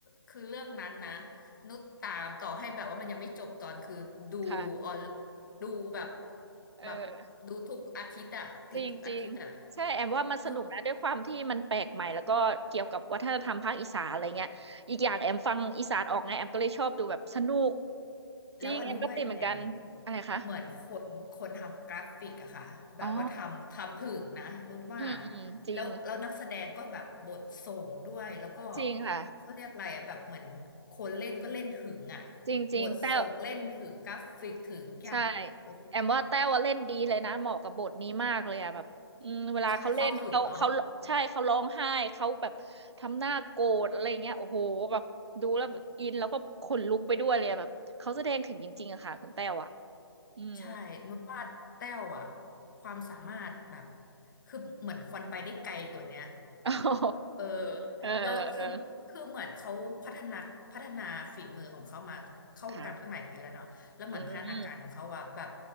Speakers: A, on the left; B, on the right.
A: คือเรื่องนั้นนะนุชตามต่อให้แบบว่ามันยังไม่จบตอนคือดูออน
B: ค่ะ
A: ดูแบบ
B: เออ
A: แบบดูทุกอาทิตย์อะติดทุกอาทิตย์อะ
B: จริงจริงใช่แอมว่ามันสนุกนะด้วยความที่มันแปลกใหม่แล้วก็เกี่ยวกับวัฒนธรรมภาคอีสานอะไรเงี้ยอีกอย่างแอมฟังอีสานออกไงแอมก็เลยชอบดูแบบสนุก
A: เออ แล้วอันนี้ด้วยคุณแหนม
B: จริงแอมก็ติดเหมือนกันอะไรคะ
A: เหมือนคนคนทำกราฟิกอะค่ะแบบว่าทำทำถึงนะนุชว่า
B: อ๋ออืมอืมจริง
A: แล้วแล้วนักแสดงก็แบบบทส่งด้วยแล้วก็
B: จริงค่ะ
A: เขาเรียกอะไรอะแบบเหมือนคนเล่นก็เล่นถึงอะ
B: จริงจริงแต่
A: บทส่งเล่นถึงกราฟิกถึงทุกอย่างโอเคเลย
B: ใช่แอมว่าแต้วอะเล่นดีเลยนะเหมาะกับบทนี้มากเลยอะแบบอืมเวลาเขาเล่นเขาเขาใช่เขาร้องไห้เขาแบบทำหน้าโกรธอะไรเงี้ยโอ้โหแบบดูแล้วแบบอินแล้วก็ขนลุกไปด้วยเลยอะแบบเขาแสดงถึงจริงๆอะค่ะคุณแต้วอะ
A: ใช่เข้าถึงเนาะ
B: อืม
A: ใช่นุชว่าแต้วอะความสามารถแบบคือเหมือนควรไปได้ไกลกว่าเนี้ย
B: <laughs> โอ้โห
A: เออ
B: เออเออ
A: เราคือคือเหมือนเขาพัฒนาพัฒนาฝีมือของเขามาเข้าวงการมาตั้งหลายปีแล้วเนาะแล้วเหมือนพัฒนาการของเขาว่าแบบ
B: ค่ะอืม